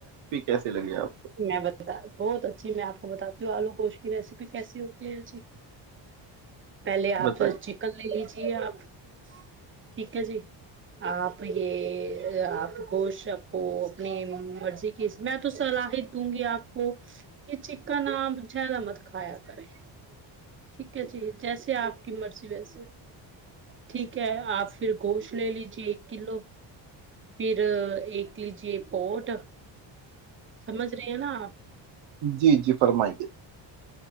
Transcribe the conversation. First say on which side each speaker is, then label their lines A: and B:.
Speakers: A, on the right; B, on the right.
A: کیسے لگے آپ
B: میں بتا بہت اچھی میں آپ کو بتاتی ہوں آلو گوشت کی ریسیپی کیسی ہوتی ہے ای پہلے
A: کو
B: آپ
A: بتائیے
B: تو چکن لے لیجیے ٹھیک ہے جی آپ یہ آپ خوش آپ کو اپنی مرضی کی میں تو صلاحی دوں گی آپ کو کہ چککن آپ جیادہ مت کھایا کریں ٹھیک ہے جی جیسے آپ کی مرضی ویسے ٹھیک ہے آپ پھر گوشت لے لیجیے ایک کلو پھر ایک لیجے پوٹ سمجھ رہی ہیں نا
A: جی جی فرمائیے